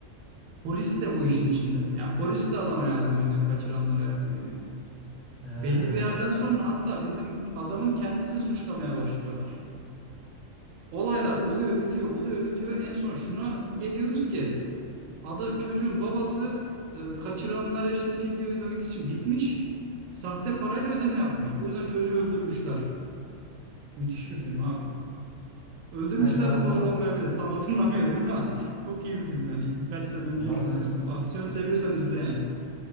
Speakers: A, on the right; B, in the centre.
A: polis de bu işin içinde. Yani polis de adama yardım ediyor, kaçıranlara yardım ediyor.
B: Ha,
A: Belli bir yerden sonra hatta bizim adamın kendisini suçlamaya başlıyorlar. Olaylar oluyor, bitiyor, oluyor, bitiyor. En son şuna geliyoruz ki Ada çocuğun babası e, kaçıranlara işte fidye ödemek için gitmiş. Sahte parayla ödeme yapmış. Bu yüzden çocuğu öldürmüşler. Müthiş bir film abi. Öldürmüşler
B: kanka valla
A: mi doğru olmayabilir. Tam hatırlamıyorum <laughs> ama çok iyi bir film yani. Birkaç sene önce
B: valla
A: izlemiştim.
B: çok
A: Aksiyon seviyorsan izle yani.